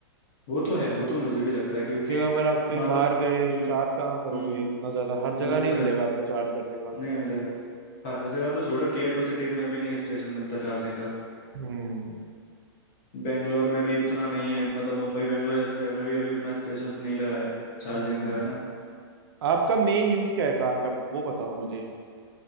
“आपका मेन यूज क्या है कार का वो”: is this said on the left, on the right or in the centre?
Right